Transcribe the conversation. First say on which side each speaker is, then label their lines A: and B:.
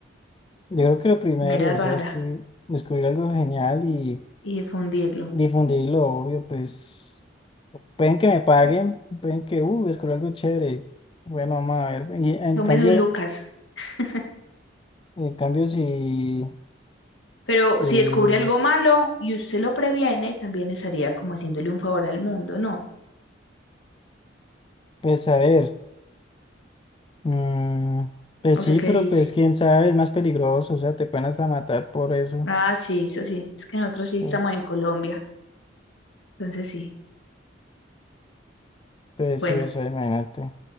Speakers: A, on the left (about 25°); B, on the left (about 80°).
A: Yo creo que lo primero,
B: me era
A: o
B: rara
A: sea, descubrir, descubrir algo genial y
B: y difundirlo.
A: difundirlo, obvio, pues pueden que me paguen, pueden que, uh, descubrí algo chévere. Bueno, vamos a ver. Y en
B: Tome
A: cambio...
B: de un Lucas. <laughs>
A: Eh, cambios y,
B: Pero
A: eh,
B: si descubre algo malo y usted lo previene, también estaría como haciéndole un favor al mundo, ¿no?
A: pues a ver, mm, pues
B: O
A: sí,
B: sea, ¿qué
A: pero
B: dice?
A: pues quién sabe, es más peligroso, o sea, te pueden hasta matar por eso.
B: Ah, sí, eso sí. Es que nosotros sí
A: Pues,
B: estamos en Colombia. Entonces sí.
A: pues
B: Bueno,
A: sí, o sea, imagínate.